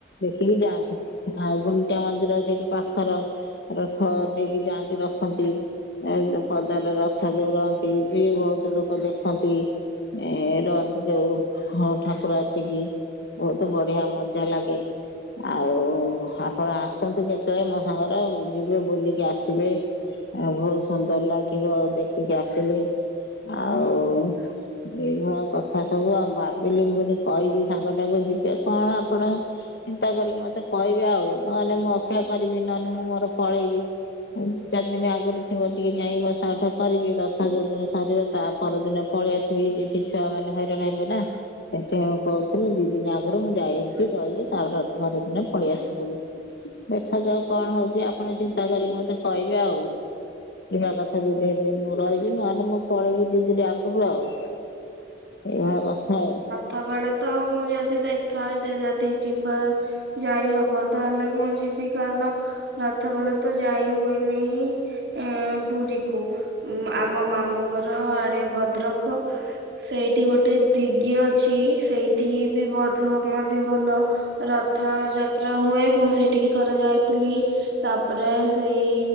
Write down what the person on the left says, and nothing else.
ଦେଖିକି ଯାଆନ୍ତି। ଆଉ ଗୁଣ୍ଡିଚା ମନ୍ଦିର ସେଇଠି ପାଖର ରଥ ନେଇକି ଯାଆନ୍ତି ରଖନ୍ତି। ଏ ପଦାରେ ରଥ ଯୋଉ ରହନ୍ତି ବି ବହୁତ ଲୋକ ଦେଖନ୍ତି। ଏ ରହନ୍ତି ଯୋଉ ହ ଠାକୁର ଆସିକି। ବହୁତ ବଢିଆ ମଜା ଲାଗେ। ଆଉ ଆପଣ ଆସନ୍ତୁ କେତେବେଳେ ମୋ ସାଙ୍ଗରେ ଯିବେ ବୁଲିକି ଆସିବେ। ଆ ବହୁତ ସୁନ୍ଦର ଲାଗିବ ଦେଖିକି ଆସିଲେ। ଆଉ ଏଇଭଳିଆ କଥା ସବୁ ଆଉ ଭାବିଲି ମୁଁ କଇଲି କହିବି ସାଙ୍ଗଟାକୁ ଯିବେ କଣ ଆପଣ ଚିନ୍ତା କରିକି ମତେ କହିବେ ଆଉ ନହଲେ ମୁଁ ଅପେକ୍ଷା କରିବି ନହଲେ ମୁଁ ମୋର ପଳେଇବି ଚାରି ଦିନି ଆଗରୁ ଥିବ ଟିକେ ଯାଇଁ ବସା ଉଠା କରିବି ରଥ ଯୋଉ ଦିନ ସରିବ ତା ପରଦିନ ପଳେଇ ଆସିବି ଏ ଠି ଛୁଆ ମାନେ ହଇରାଣ ହେବେ ନା ସେଠି ମୁଁ ମୁଁ ଦି ଦିନି ଆଗରୁ ମୁଁ ଯାଏ ହେଠି ରହିଲି ତାପର ପନ୍ଦର ଦିନେ ପଳେଇ ଆସିବି ବୋଲି। ଦେଖାଯାଉ କଣ ହଉଚି ଆପଣ ଚିନ୍ତା କରିକି ମତେ କହିବେ ଆଉ। ଯିବା କଥା ଯଦି କହିବେ ମୁଁ ରହିବି ନହଲେ ମୁଁ ପଳେଇବି ଦି ଦିନି ରେ ଆଗରୁ ଆଉ। ଏଇଭଳିଆ କଥା ଆଉ।